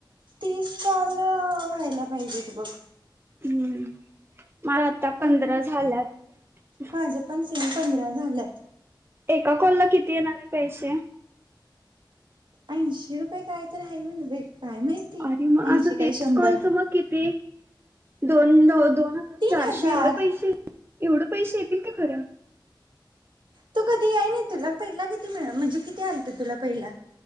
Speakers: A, on the right (about 75°); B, on the right (about 30°).
A: तीस काॅल व्हायला पाहिजेत बघं
B: हम्म. मला आता पंधरा
A: की
B: झाल्यातं
A: माझं पण सेम पंधरा झाल्यात.
B: एका काॅलला किती येणार आहेत? पैश्या
A: ऐंशीे रुपये कायतरी आहे म्हणे बाई काय माहिती
B: अरे मग
A: ऐंशी
B: असं
A: काय
B: तीस
A: शंभर
B: काॅलचं मग किती? दोन नव दोन
A: तीन
B: चारशे
A: हजार
B: एवढ पैसे एवढे पैसे येतील का खरं?
A: तू कधी याय नाही तुला पहिला किती मिळा म्हणजे किती आलत तुला पहिला?